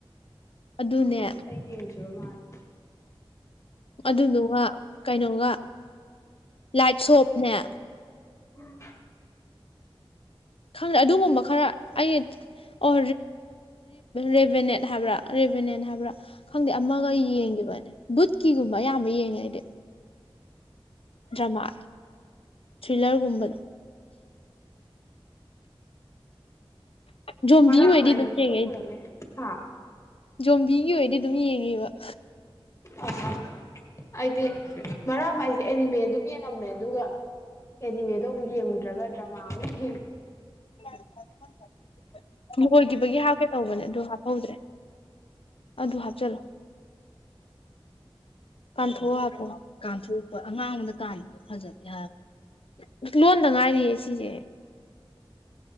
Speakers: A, on the left (about 70°); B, on the left (about 30°).
A: ꯑꯗꯨꯅꯦ
B: ꯈꯪꯗ꯭ꯔꯦ ꯑꯩ ꯌꯦꯡꯗ꯭ꯔꯤꯕ ꯃꯥꯂꯦ
A: ꯑꯗꯨꯗꯨꯒ ꯀꯩꯅꯣꯒ ꯂꯥꯏꯠ ꯁꯣꯞꯅꯦ
B: ꯎꯝ
A: ꯈꯪꯗꯦ ꯑꯗꯨꯒꯨꯝꯕ ꯈꯔ ꯑꯩ ꯑꯣ ꯔꯦꯚꯦꯅꯦꯠ ꯍꯥꯏꯕ꯭ꯔꯥ ꯔꯦꯚꯦꯅꯦꯠ ꯍꯥꯏꯕ꯭ꯔꯥ ꯈꯪꯗꯦ ꯑꯃꯒ ꯌꯦꯡꯈꯤꯕꯅꯦ ꯕꯨꯠꯀꯤꯒꯨꯝꯕ ꯑꯌꯥꯝꯕ ꯌꯦꯡꯉꯦ ꯑꯩꯗꯤ ꯗ꯭ꯔꯥꯃꯥ ꯊ꯭ꯔꯤꯂꯔꯒꯨꯝꯕꯗꯣ ꯖꯣꯝꯕꯤ
B: ꯕꯥꯔꯥ
A: ꯑꯣꯏꯗꯤ
B: ꯃꯥꯢꯖꯤꯅꯦ
A: ꯑꯗꯨꯝ ꯌꯦꯡꯉꯦ ꯑꯩ
B: ꯄꯨꯔꯝꯃꯦ ꯍꯥ
A: ꯖꯣꯝꯕꯤꯒꯤ ꯑꯣꯏꯗꯤ ꯑꯗꯨꯝ ꯌꯦꯡꯉꯦꯕ ꯍꯥ
B: ꯑ ꯑ ꯑꯩꯗꯤ ꯃꯔꯛ ꯑꯃ ꯑꯩꯁꯦ ꯑꯦꯅꯤꯃꯦ ꯑꯗꯨꯝ ꯌꯦꯡꯉꯝꯃꯦ ꯑꯗꯨꯒ ꯑꯦꯅꯤꯃꯦꯗꯣ ꯑꯃꯨꯛ ꯌꯦꯡꯉꯨꯗ꯭ꯔꯒ ꯗ꯭ꯔꯃꯥ ꯑꯃꯨ <unintelligible>
A: <unintelligible> ꯂꯣꯏꯈꯤꯕꯒꯤ ꯍꯥꯞꯀꯦ ꯇꯧꯕꯅꯦ ꯑꯗꯨ ꯍꯥꯞꯍꯧꯗ꯭ꯔꯦ ꯑꯗꯨ ꯍꯥꯞꯆꯜꯂꯣ ꯀꯥꯟꯊꯣꯛꯑ ꯍꯥꯞꯄꯣ ꯀꯥꯟꯊꯣꯛꯄ ꯑꯉꯥꯡꯕꯗ ꯀꯥꯟꯕꯗꯤ ꯐꯖꯗꯦ ꯍꯥꯏꯕꯅꯦ ꯂꯣꯟꯗ ꯉꯥꯏꯔꯤꯌꯦ ꯁꯤꯁꯦ